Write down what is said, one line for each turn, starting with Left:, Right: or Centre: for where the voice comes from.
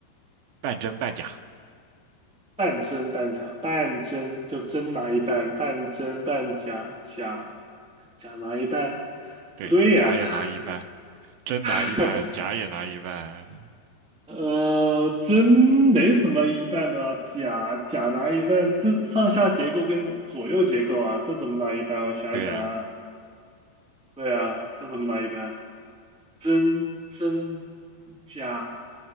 Right: 半真半假，
Centre: 半真半假，半真就真拿一半，半真半假，假假拿一半。
Right: 对，
Centre: 不对呀，
Right: 假也拿一半，真拿一半，
Centre: <laughs>
Right: 假也拿一半，
Centre: 呃，真没什么一半的啊假假拿一半，这上下结构跟左右结构啊，这怎么拿一半？我想一想啊，
Right: 对呀，
Centre: 对啊，这怎么拿一半？真真假